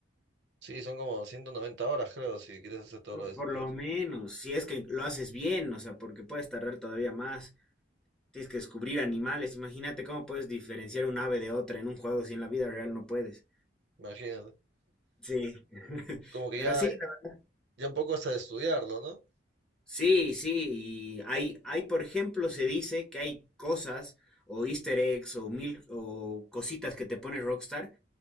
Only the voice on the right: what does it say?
Sí, son como 190 horas, creo, si quieres hacer todos
los desafíos.
Imagínate.
Como que
ya,
ya un poco hasta de estudiarlo, ¿no?